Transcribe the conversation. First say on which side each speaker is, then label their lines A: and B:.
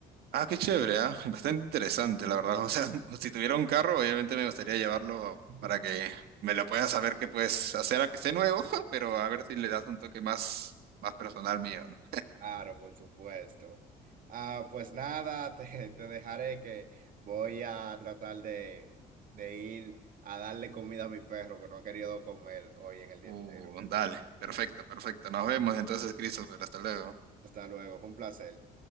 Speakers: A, on the right; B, on the right.
A: Ah, qué chévere, ¿ah? Bastante interesante, la verdad. O sea, <laughs> si tuviera un carro, obviamente me gustaría llevarlo
B: <laughs>
A: para que me lo pueda saber qué puedes hacer, a que esté nuevo, <laughs> pero a ver si le das un toque más, más personal mío, ¿no?
B: Claro, por supuesto. Ah, pues nada, <laughs> te, te dejaré que voy a tratar de, de ir a darle comida a mi perro que no ha querido comer hoy en el día
A: Uh,
B: entero.
A: dale, perfecto, perfecto. Nos vemos entonces, Christopher. Hasta luego.
B: Hasta luego, fue un placer.